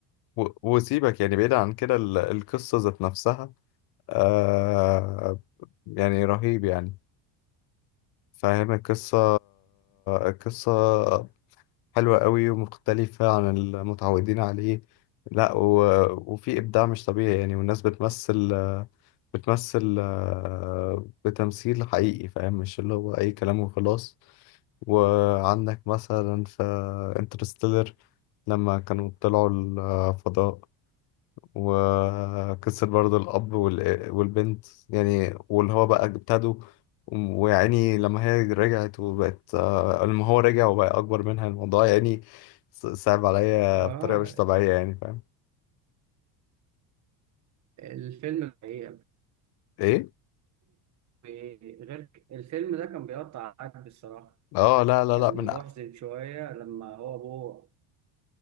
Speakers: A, on the left; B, on the right.
A: و- وسيبك يعني بعيد عن كده ال- القصة ذات نفسها آه يعني رهيب يعني فاهم القصة القصة حلوة قوي ومختلفة عن المتعودين عليه لا و... وفي إبداع مش طبيعي يعني والناس بتمثل بتمثل آه، بتمثيل حقيقي فاهم مش اللي هو أي كلام وخلاص وعندك مثلا في انترستيلر لما كانوا طلعوا الفضاء وكسر برضه الأب وال- والبنت يعني واللي هو بقى ابتدوا ويعني لما هي رجعت وبقت آه، لما هو رجع وبقى أكبر منها الموضوع يعني ص- صعب عليا
B: اه
A: بطريقة مش طبيعية يعني فاهم
B: الفيلم الحقيقة.
A: إيه؟
B: غير الفيلم ده كان بيقطع قلب الصراحه
A: آه لا لا
B: كان
A: لا من
B: محزن
A: أح-
B: شويه لما هو ابوه